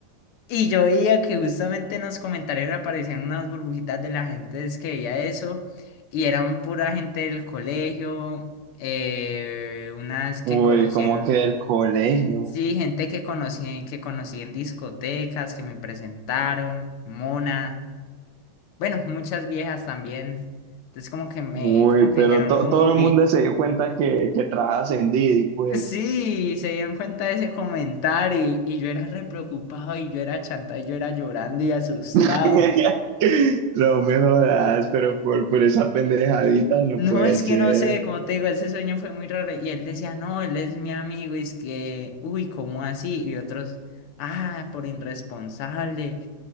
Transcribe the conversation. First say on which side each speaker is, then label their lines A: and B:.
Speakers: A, on the left; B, on the right.
A: Y yo veía que justamente en los comentarios aparecían unas burbujitas de la gente es que veía eso, y eran pura gente del colegio, eh, unas que
B: Uy,
A: conocían,
B: como que el colegio.
A: sí, gente que conocían, que conocí en discotecas, que me presentaron, Mona, bueno, muchas viejas también. Entonces como que me,
B: Uy,
A: como que
B: pero
A: dijeron,
B: to-
A: uy,
B: todo el mundo se dio cuenta que, que trabajas en Didi, pues.
A: sí, se dieron cuenta de ese comentario, y, y yo era re preocupado, y yo era chanta, y yo era llorando y asustado.
B: <laughs> No me jodas, pero por, por esa pendejadita no
A: No,
B: puede
A: es
B: ser.
A: que no sé, como te digo, ese sueño fue muy raro. Y él decía, no, él es mi amigo, y es que, uy, ¿cómo así? Y otros, ah, por irresponsable.